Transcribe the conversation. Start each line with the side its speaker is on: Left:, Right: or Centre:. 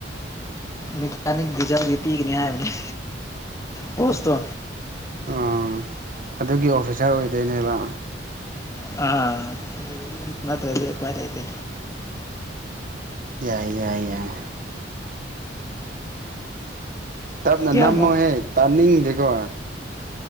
Left: ꯃꯀꯥꯅꯤ ꯖꯥꯎꯒꯤ ꯄꯤꯒꯅꯤ ꯍꯥꯏꯕꯅꯤ ꯄꯣꯁꯇꯣ
Right: ꯑꯣ ꯑꯗꯨꯒꯤ ꯑꯣꯐꯤꯁꯥꯔ ꯑꯣꯏꯗꯣꯏꯅꯦꯕ
Left: ꯑ ꯅꯠꯇ꯭ꯔꯗꯤ ꯎꯄꯥꯏ ꯂꯩꯇꯦ
Right: ꯌꯥꯏ ꯌꯥꯏ ꯌꯥꯏ ꯇꯞꯅ
Left: ꯀꯌꯥꯃꯨꯛ
Right: ꯅꯝꯃꯣꯍꯦ ꯇꯥꯅꯤꯡꯗꯦꯀꯣ